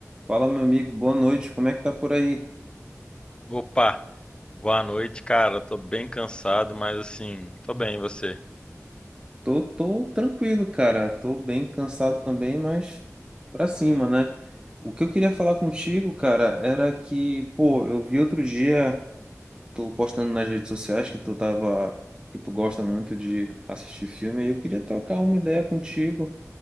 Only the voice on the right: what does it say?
Fala, meu amigo, boa noite. Como é que tá por aí?
Tô, tô tranquilo, cara. Tô bem cansado também, mas pra cima, né? O que eu queria falar contigo, cara, era que, pô, eu vi outro dia tu postando nas redes sociais que tu tava, que tu gosta muito de assistir filme, e eu queria trocar uma ideia contigo,